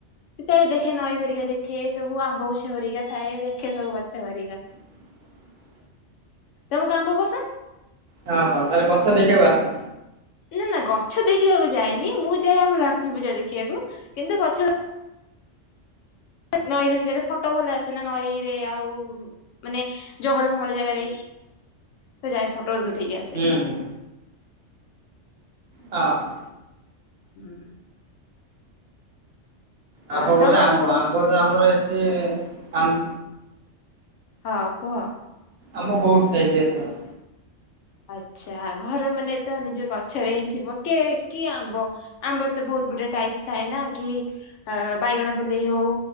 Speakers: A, on the left; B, on the right.
A: ସେତେବେଳେ ଦେଖେ ନଈ <unintelligible> ଗରିକା ଦେଖେ ସବୁ ଆମ୍ବ ଗଛ ହେରିକା ଥାଏ ଦେଖେ ସବୁ ଗଛ ହେରିକା।
B: ହ
A: ତମ କୁ ଆମ୍ବ ପସନ୍ଦ?
B: ହଁ ହଁ ତାହେଲେ ଗଛ ଦେଖିବାକୁ ଆସ।
A: ନା ନା ଗଛ ଦେଖିବାକୁ ଯାଇନି ମୁଁ ଯାଏ ଆମ ଲକ୍ଷ୍ମୀ ପୂଜା ଦେଖିବାକୁ କିନ୍ତୁ ଗଛ ନଈ ଘରିକା ରେ ଫଟୋ ଭଲ ଆସେ ନା ନଈ ରେ ଆଉ ମାନେ ଜଙ୍ଗଳ ଫଙ୍ଗଳ ଜାଗାରେ ତ ଯାଏ ଫଟୋଜ୍ ଉଠେଇକି ଆସେ।
B: ହୁଁ ହୁଁ ହଁ।
A: ହୁଁ।
B: ଆଉ
A: ଆ
B: କଣ କହିଲେ
A: ତମକୁ
B: ଆମ୍ବ ଆମ୍ବ ତ ଆମର ଏଠି ଆମ୍
A: ହଁ କୁହ?
B: ଆମ୍ୱ ବହୁତ୍ ଖାଇଛି ଏଥର।
A: ଆଚ୍ଛା ଘର ମାନେ ତ ନିଜ ଗଛରେ ହିଁ ଥିବ କେ କିଏ ଆମ୍ବ? ଆମ୍ବର ତ ବହୁତ ଗୁଡେ଼ ଟାଇପଶ୍ ଥାଏ ନା କି ବାଇଗଣ ପଲେଇ ହଉ